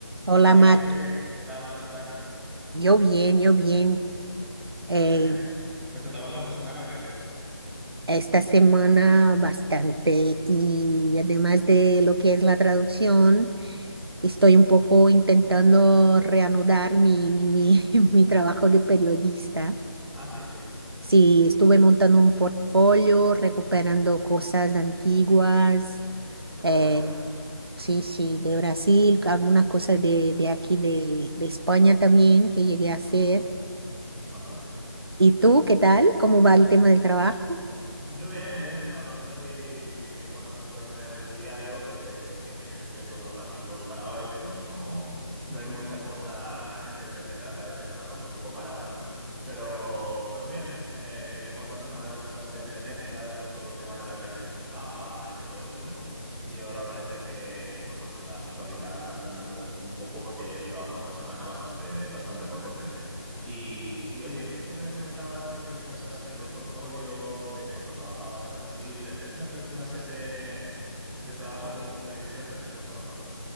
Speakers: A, on the right; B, in the centre.
A: Hola,
B: Hola Neise,
A: Mar.
B: ¿qué tal? ¿Cómo estás?
A: Yo bien, yo bien.
B: Genial,
A: Eh,
B: genial. ¿Mucho trabajo esta semana o qué?
A: esta semana bastante y además de lo que es la traducción, estoy un poco intentando reanudar mi, mi, mi <laughs> mi trabajo de periodista.
B: Ah, sí.
A: Sí, estuve montando un portfolio, recuperando cosas antiguas.
B: Ah,
A: eh,
B: qué bueno.
A: sí, sí, de Brasil, algunas cosas de, de aquí de, de España también que llegué a hacer.
B: Ajá. Vale.
A: ¿Y tú qué tal? ¿Cómo va el tema del trabajo?
B: Yo bien, bien. Ahora estoy, bueno, estoy con el diario que, que estoy escribiendo algunos artículos para hoy, que hoy no, no hay mucha cosa entretenida, está la cosa un poco parada. Pero, pero bien, eh, veníamos de unas semanas bastante frenéticas con todo el tema de la elección del Papa y todo esto. Y ahora parece que, que, bueno, que la actualidad ha frenado un poco porque llevamos una semana bastante, bastante potente. Y, y, oye, esto que me comentabas de que estás haciendo el portfolio, de cuando trabajabas en Brasil, etcétera, ¿qué clase de, de trabajo como periodista has hecho tú hasta ahora?